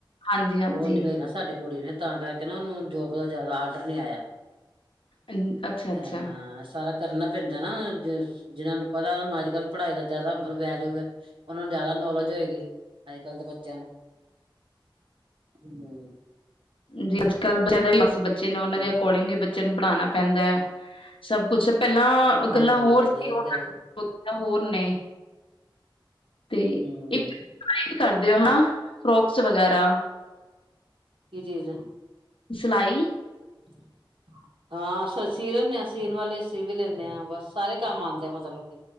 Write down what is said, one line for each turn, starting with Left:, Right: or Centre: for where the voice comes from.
Left: ਹਾਂਜੀ, ਹਾਂਜੀ
Right: ਉਹ ਨੀ ਲ ਨਾ ਸਾਡੇ ਕੁੜੀ ਨੇ ਤਾਂ ਕਰਕੇ ਨਾ ਉਹਨੂੰ ਜੋਬ ਦਾ ਜ਼ਿਆਦਾ ਆਡਰ ਨੀ ਆਇਆ
Left: ਅਮ, ਅੱਛਾ, ਅੱਛਾ
Right: ਅਹ ਸਕ ਕਰਨਾ ਪੈਂਦਾ ਨਾ ਜ ਜਿਹਨਾਂ ਨੂੰ ਪਤਾੂੰ ਅੱਜ ਕੱਲ ਪੜ੍ਹਾਈ ਦਾ ਜ਼ਿਆਦਾ ਵੈਲੂ ਹੈ ਉਹਨਾਂ ਨੂੰ ਜ਼ਿਆਦਾ ਨੌਲੇਜ ਹੋਏਗੀ ਅੱਜ ਕੱਲ੍ਹ ਦੇ ਬੱਚਿਆਂ ਨੂੰ ਹਮ
Left: ਜੀ ਅੱਜ ਕੱਲ ਬੱਚ ਦੇ ਬੱਚੇ ਨੇ ਉਹਨਾਂ ਦੇ
Right: ਹਮ
Left: ਅਕੋਰਡਿੰਗ ਵੀ ਬੱਚਿਆਂ ਨੂੰ ਪੜ੍ਹਾਉਣਾ ਪੈਂਦਾ ਹੈ ਸਭ ਕੁਛ ਪਹਿਲਾਂ
Right: ਹਾਂਜੀ
Left: ਗੱਲਾਂ ਹੋਰ
Right: ਹਾਂਜੀ
Left: ਸੀੱ
Right: ਇਹ ਤਾਂ ਹੈ
Left: ਹੋਰ ਨੇ ਤੇ
Right: ਹਮ
Left: ਇੱਕਟ ਕਰਦੇ ਹੋ ਹਾਂ ਫਰੋਕਸ ਵਗੈਰਾ
Right: ਕਿ ਜੀਜ਼
Left: ਸਿਲਾਈ,
Right: <unintelligible> ਹਾਂਸੀ ਸੀ ਲੈਂਦੇ, ਹਾਂ ਸੀਣ ਵਾਲੇ ਸੀ ਵੀ ਲੈਂਦੇ ਹਾਂ ਬਸ ਸਾਰੇ ਕੰਮ ਆਉਂਦੇ ਆ ਮਤਲਬ ਕਿ।